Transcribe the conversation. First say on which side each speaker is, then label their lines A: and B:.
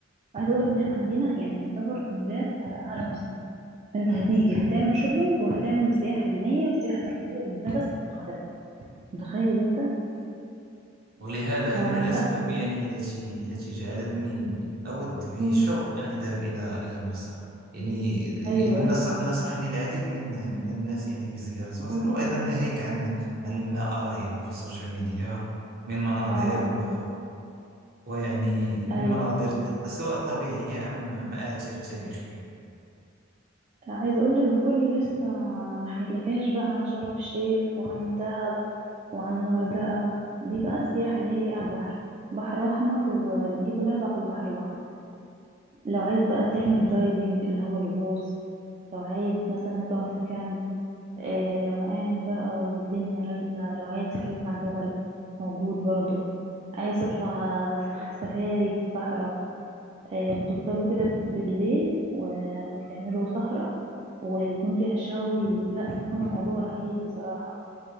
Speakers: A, on the right; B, on the right.
A: عايزة أقول لك إن إحنا عندنا يعني يعتبر مولات على أعلى مستوى فأنت هتيجي هتعمل شوبينج وهتعمل سياحة دينية وسياحة ترفيهية ده بس في القاهرة متخيل أنت
B: ولهذا
A: فلا
B: هذا من الأسباب يعني التي التي جعلتني أود بشوق
A: مم.
B: أن أذهب إلى إلى مصر يعني يعني
A: أيوه
B: نصح
A: أيوه
B: نصحني العديد من من الناس يعني بزيارة مصر
A: مم.
B: وأيضا
A: مم.
B: ناهيك عن عن ما أراه يعني في السوشيال ميديا من مناظر
A: اه آه.
B: و ويعني من
A: أيوه
B: مناظر سواء طبيعية أم مآثر تاريخية
A: عايزه اقول لك ده كله لسه ما حكيتلكاش بقى عن شرم الشيخ وعن دهب وعن الغردقه دي بقى السياحه اللي هي ايه على البحر بحر احمر ودي كلها بقى على البحر الاحمر لو عايز بقى تعمل دايفنج اللي هو الغوص لو عايز مثلا تقعد في كامب آه، روقان بقى والدنيا رايقه لو عايز تطلع جبل موجود برضو عايز تطلع <laughs> سفاري في الصحراء آه، بتفضلوا كده بالليل و- وبتعملوا سهرة ويكون فيها شوي بيك- لا بيكون الموضوع رهيب بصراحة